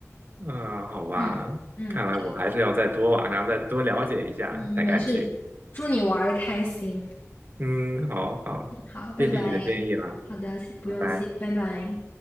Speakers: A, on the right (about 40°); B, on the left (about 45°).
A: 嗯，好吧，
B: 嗯嗯
A: 看来我还是要再多网上再多了解一下才敢去。
B: 嗯，没事，祝你玩的开心。
A: 嗯，好好，
B: 好，拜拜。
A: 谢谢你的建议啦，
B: 好的，不用谢，
A: 拜拜。
B: 拜拜。